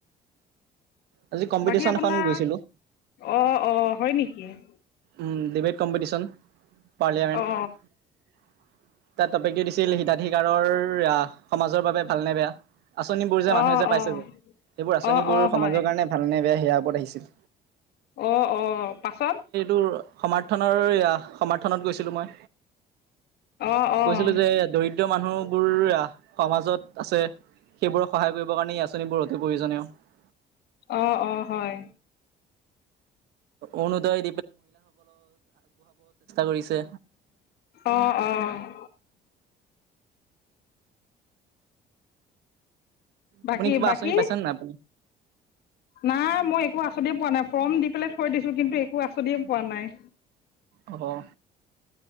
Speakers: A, on the right (about 75°); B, on the left (about 70°).
A: আজি কম্পিটিশ্যন
B: বাকী আপোনাৰ
A: এখন গৈছিলোঁ।
B: অ', অ হয় নেকি? এ <inaudible>
A: উ ডিবেট কম্পিটিশন পাৰ্লিয়ামেণ্ট
B: অঁ
A: তাৰ টপিকটো দিছিল হিতাধিকাৰৰ সমাজৰ বাবে ভাল নে বেয়া? আঁচনিবোৰ যে মানুহে
B: অঁ
A: যে পাইছে
B: অঁ
A: যে সেইবোৰ আঁচনিবোৰ
B: অঁ অঁ হয়
A: সমাজৰ কাৰণে ভাল নে বেয়া সেয়া ওপৰত আহিছিল।
B: অ', অ', পাছত?
A: তোৰ সমৰ্থনৰ সমৰ্থনত গৈছিলো মই।
B: অঁ অঁ
A: কৈছিলো যে দৰিদ্ৰ মানুহ বোৰ সমাজত আছে সেইবোৰক সহায় কৰিব কাৰণে এই আঁচনিবোৰ অতি প্ৰয়োজনীয়।
B: অ', অ', হয়।
A: অৰুণোদই, কৰিছে।
B: অ অ <inaudible> <inaudible> বাকী
A: আপুনি কিবা
B: বাকী
A: আঁচনি পাইছে নে নাই?
B: নাই মই একো আঁচনিয়ে পোৱা নাই, ফৰ্ম দি পেলাই থৈ দিছো কিন্তু একো আঁচনিয়ে পোৱা নাই।
A: অম